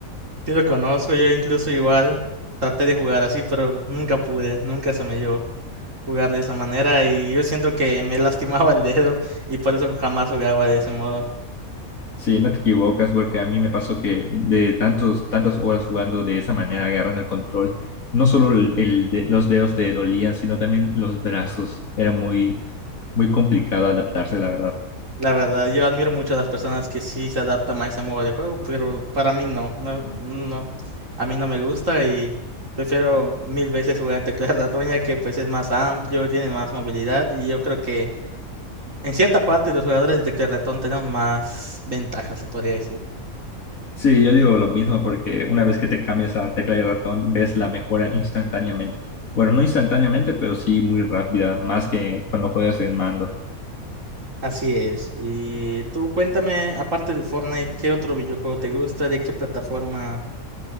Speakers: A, on the right; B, on the left.
A: Sí lo conozco, yo incluso igual traté de jugar así, pero nunca pude, nunca se me dio jugar de esa manera y yo siento que me <laughs> lastimaba el dedo y por eso jamás jugaba de ese modo.
B: Sí, no te equivocas porque a mí me pasó que de tantos, tantas horas jugando de esa manera, agarrando el control, no solo el, el de- los dedos te dolían, sino también los brazos. Era muy, muy complicado adaptarse, la verdad.
A: La verdad, yo admiro mucho a las personas que sí se adaptan a ese modo de juego, pero para mí no, no, no, a mí no me gusta y prefiero mil veces jugar en tecla <laughs> de ratón ya que pues es más amplio, tiene más movilidad y yo creo que en cierta parte los jugadores de tecla de ratón tenemos más ventajas, se podría decir.
B: Sí, yo digo lo mismo porque una vez que te cambias a tecla y ratón, ves la mejora instantáneamente. Bueno, no instantáneamente, pero sí muy rápida, más que cuando juegas en mando.
A: Así es. Y tú cuéntame, aparte del Fortnite, ¿qué otro videojuego te gusta? ¿De qué plataforma